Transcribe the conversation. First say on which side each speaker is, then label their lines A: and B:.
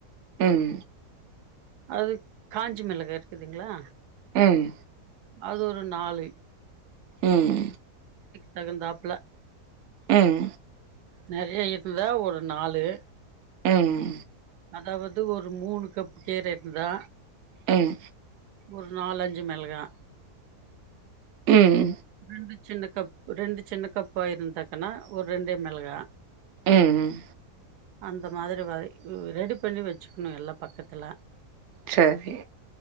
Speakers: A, on the right; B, on the right.
A: உம்
B: அது காஞ்சி மிளகா இருக்குதுங்ளா
A: உம்
B: அது ஒரு நாலு
A: உம்
B: தகுந்தாப்ல
A: உம்
B: நெறைய இருந்தா ஒரு நாலு
A: உம்
B: அதாவது ஒரு மூணு கப் கேரேட் தா
A: ம்
B: ஒரு நாலஞ்சு மெளகா
A: உம்
B: ரெண்டு சின்ன கப் ரெண்டு சின்ன கப்பா இருந்தாக்கன்னா ஒரு ரெண்டே மெளகா
A: உம் ம்
B: அந்த மாதிரி வ ரெடி பண்ணி வச்சுக்கணு எல்லா பக்கத்துல
A: செரி